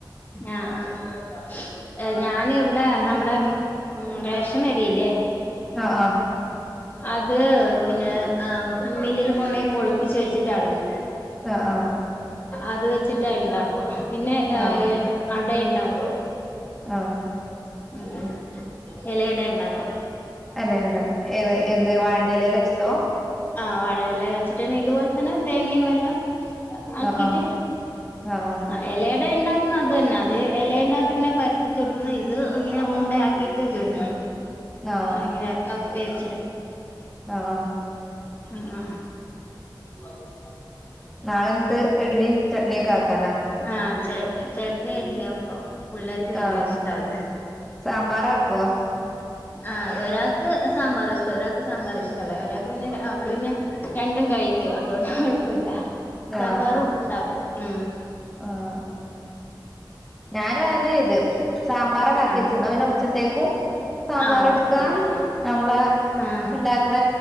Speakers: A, on the left; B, in the centre.
A: ആ ആ ഞാൻ ഇവിടെ നമ്മടെ മ് റേഷനരിയില്ലേ
B: ആ ആ.
A: അത് പിന്നേ ആ മില്ലില് കൊണ്ടോയി പൊടി <inaudible> ടിച്ചു വെച്ചിട്ട യുള്ളത്.
B: ആ ആ
A: അത് വെച്ചിട്ടാണ്ടാക്കുക പിന്നെ
B: ആഹ് ആഹ്
A: അട ഉണ്ടാക്കും.
B: ആ.
A: മ് ഇലയട ഉണ്ടാക്കും.
B: അതെ അതെ ഏത് എന്ത് വഴന്റെ ഇലയിൽ വെച്ചിട്ടോ
A: ആവഴയില വെച്ചിട്ട് തന്നെ ഇതുപോലെ തന്നെ തേങ്ങയും വെല്ലം ആക്കീട്ട്
B: ആഹ് ആഹ് ആഹ്
A: ആ. ഇലയുടെ ഉണ്ടാക്കുന്ന അത് തന്നെ അത് ഇലന്റകത്ത് ഇങ്ങനെ പരത്തിച്ചുടുന്ന് ഇത് ഇങ്ങനെ ഉണ്ടയാക്കിട്ട്. ചുടുന്നു
B: ആഹ് ആഹ്
A: ഇങ്ങനെ വേവിച്ചെടു
B: ആആ.
A: ആ. <unintelligible>
B: നാളെന്നിട്ട് ഇഡ്ഡലിയും ചട്നിയൊക്കെ ആക്കാനാ
A: ആചട്നി ചട്നി ഇഡി ലി വലിയകമ്പം.. പുള്ളേർക്ക് ഭയങ്കര
B: ആഹ്
A: ഇഷ്ട്ട അത്.
B: സാമ്പാറാക്കുവോ
A: ആ ഒരാൾക്ക് സമ്പാറിഷ്ടം ഒരാൾക്ക് സാമ്പാർ ഇഷ്ടല്ല. ഒരാൾക്ക് പിന്നെ അവള് പിന്നെ രണ്ടും കഴിക്കും അതുകൊണ്ട് കുഴപ്പമില്ല. സാമ്പാറും
B: ആഹ്
A: ഉണ്ടാക്കും മ്.
B: ആഹ് ഞാനും അതന്നെ ചെയ്ത് സാമ്പാർ ടാ ആക്കി
A: ആഹ്
B: വെച്ച് ന്ന പിന്നെ ഉച്ചക്കത്തേക്കും സാമ്പാർ
A: ആഹ് ഉച്ചക്കത്തേക്കായി
B: ഇട്ക്കാ നമ്മളെ
A: ആഹ്
B: ഉണ്ടാക്ക്ണ